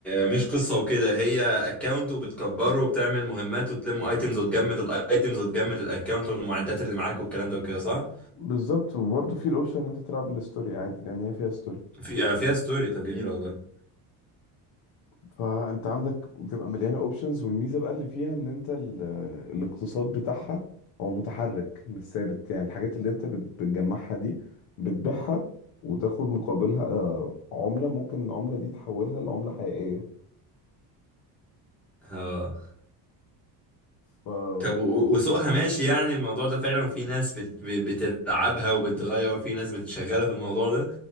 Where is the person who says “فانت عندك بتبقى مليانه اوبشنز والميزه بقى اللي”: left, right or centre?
Left